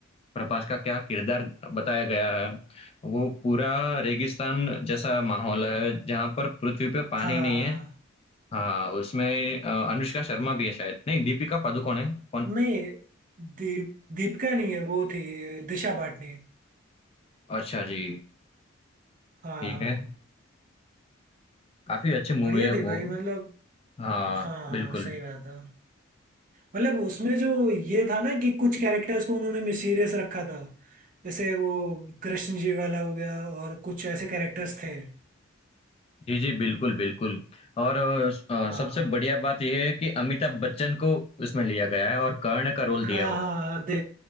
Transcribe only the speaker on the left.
प्रभास का क्या किरदार बताया गया है वो पूरा रेगिस्तान जैसा माहौल है जहाँ पर पृथ्वी पे पानी
नहीं
है हाँ उसमें अ, अनुष्का शर्मा भी है शायद नहीं दीपिका पादुकोण है कौन
अच्छा जी
ठीक
है काफी अच्छी मूवी
है
वो
हाँ
बिल्कुल
जी जी बिल्कुल बिल्कुल और अ,
सबसे बढ़िया बात यह है कि अमिताभ बच्चन को उसमें लिया गया है और कर्ण का रोल दिया
हुआ
है